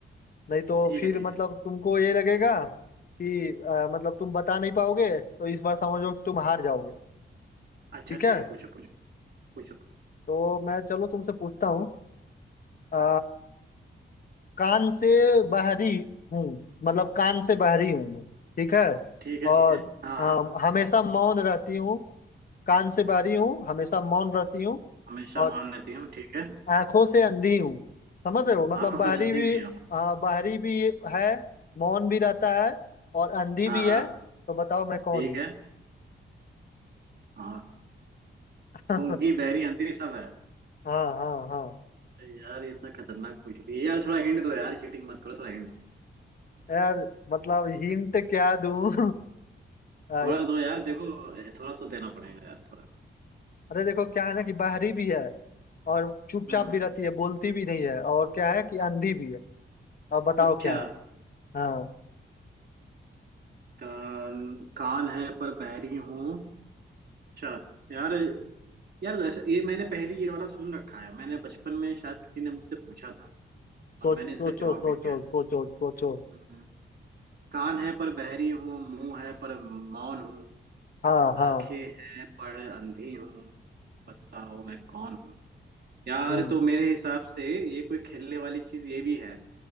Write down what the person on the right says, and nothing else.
ठीक
है ठीक
है
अच्छा
ठीक
है पूछो पूछो पूछो पूछो
ठीक है
ठीक है हाँ
हाँ
हमेशा
मान लेती हूँ ठीक है
आंखों
से अंधी
भी हूँ
अच्छा
हाँ
हाँ
ठीक
है हाँ
गूंगी बहरी अंधी सब है
अरे यार ये इतना खतरनाक पूछ लिया यार थोड़ा हिंट दो यार चीटिंग मत करो थोड़ा हिंट दो
थोड़ा दो यार देखो ए, थोड़ा तो देना पड़ेगा यार थोड़ा
हम्म
अच्छा
कान कान है पर बहरी हूँ अच्छा यार यार ऐसे- ये मैंने पहले ये वाला सुन रखा है मैंने बचपन में शायद किसी ने मुझसे पूछा था और
मैंने इसका
जवाब
भी दिया था
हम्म, कान है पर बहरी हूँ मुंह है पर मौन हूँ
आंखें
हैं पर अंधी हूँ बताओ मैं कौन हूँ यार
तो मेरे हिसाब से ये कोई खेलने वाली चीज ये भी है